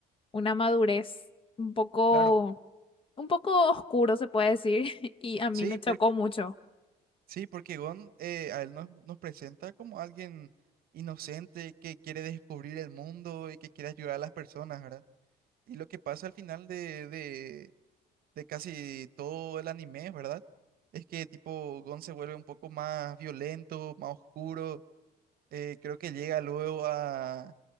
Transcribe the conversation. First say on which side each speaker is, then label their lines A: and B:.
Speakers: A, on the left; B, on the right.
A: una madurez un poco,
B: claro.
A: un poco oscuro, se puede decir, <laughs> y a mí
B: Sí,
A: me
B: porque,
A: chocó mucho.
B: sí, porque Gon eh, a él nos, nos presenta como alguien inocente que quiere descubrir el mundo y que quiere ayudar a las personas, ¿verdad? Y lo que pasa al final de, de, de casi todo el anime, ¿verdad? Es que tipo Gon se vuelve un poco más violento, más oscuro. eh, creo que llega luego a,